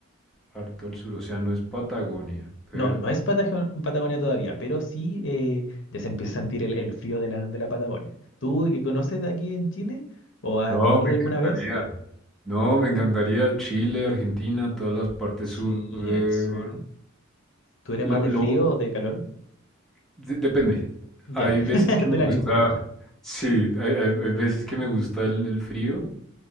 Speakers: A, in the centre; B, on the left.
A: harto al sur, o sea, no es Patagonia, pero...
B: No, no es Patagon- Patagonia todavía, pero sí eh, ya se empieza a sentir el, el frío de la, de la Patagonia. ¿Tú que conoces de aquí en Chile o has
A: No,
B: venido
A: me encantaría,
B: alguna vez?
A: no, me encantaría Chile, Argentina, todas las partes
B: Sí,
A: sur de...
B: el sur. ¿Tú eres
A: Lo,
B: más de
A: lo,
B: frío o de calor?
A: de- depende,
B: Ya,
A: hay
B: <laughs>
A: veces que
B: del
A: me gusta,
B: ánimo.
A: sí, hay, hay- hay veces que me gusta el el frío.